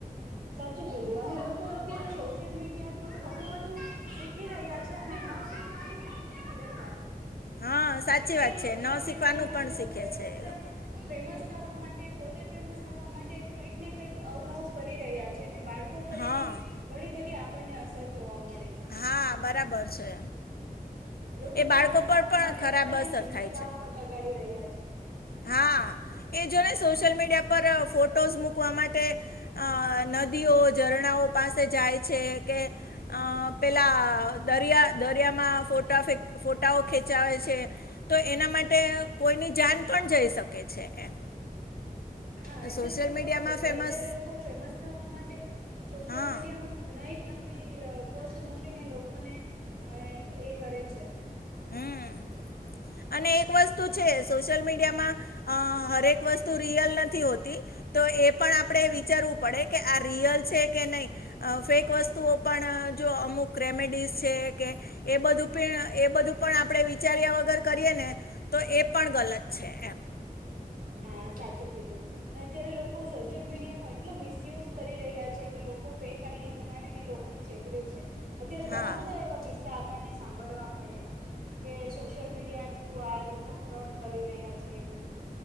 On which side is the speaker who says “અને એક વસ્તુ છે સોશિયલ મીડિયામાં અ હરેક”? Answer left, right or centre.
Left